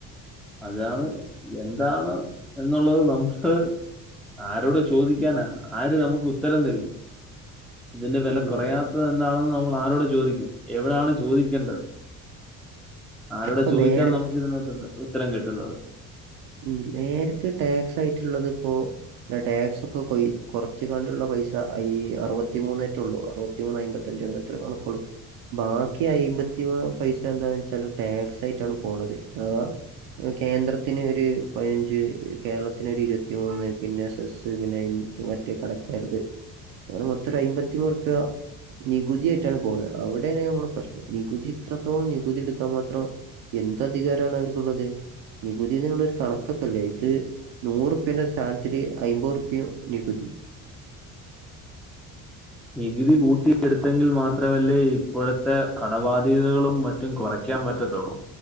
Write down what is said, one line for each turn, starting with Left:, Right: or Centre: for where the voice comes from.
Centre: അതാണ് എന്താണ് എന്നുള്ളത് നമുക്ക് ആരോട് ചോദിക്കാനാ ആര് നമുക്ക് ഉത്തരം തരും ഇതിന്റെ വെല
Right: ഉം
Centre: കൊറയാത്തത് എന്താണെന്ന് നമ്മൾ ആരോട് ചോദിക്കും എവിടാണ് ചോദിക്കേണ്ടത് ആരോട്
Right: ഇപ്പൊ
Centre: ചോയ്ച്ചാൽ
Right: നേരെ
Centre: നമുക്ക് ഇതിനുള്ള ഉത്തരം കിട്ടുന്നത്
Right: ഉം നേരക്ക് ടാക്സ് ആയിട്ടുള്ളത് ഇപ്പോ ടാക്സ് ഒക്കെ കൊയി കൊറ കൊറച്ച്ങ്ങാണ്ട്ള്ള പൈസ അയ് അറുപത്തിമൂന്നേറ്റൊള്ളൂ അറുവത്തിമൂന്ന് അയ്മ്പത്തഞ്ച് അങ്ങനെത്ര കണക്കുള്ളൂ ബാക്കി അയിമ്പത്തി പൈസ എന്താന്ന് വെച്ചാല് ടാക്സ് ആയിട്ടാണ് പോണത് ആഹ് കേന്ദ്രത്തിന് ഒരു പയിനഞ്ച് കേരളത്തിന് ഒരു ഇരുവത്തി മൂന്ന് പിന്നെ സെസ് പിന്നെ-മറ്റേ കടക്കാരത് അങ്ങനെ മൊത്തം ഒരു അയ്മ്പത്തിമൂന്നൂറുപ്യ നികുതിയായിട്ടാണ് പോണ്. അവിടെണ് നമ്മുടെ പ്രശ്നം നികുതി ഇത്രത്തോളം നികുതി എടുക്കാം മാത്രം എന്ത് അധികാരാണ് അവർക്കുള്ളത് നികുതിന്ന്ള്ളൊരു കണക്കൊക്കെല്ലേ ഇത് നൂറുപ്പ്യന്റെ ഒരു സാനത്തില് അയ്മ്പത് ഉർപ്യം നികുതി
Centre: നികുതി കൂട്ടിയെടുത്തെങ്കിൽ മാത്രമല്ലേ ഇപ്പോഴത്തെ കടബാധ്യതകളും മറ്റ് മറ്റും കൊറക്കാൻ പറ്റത്തുള്ളൂ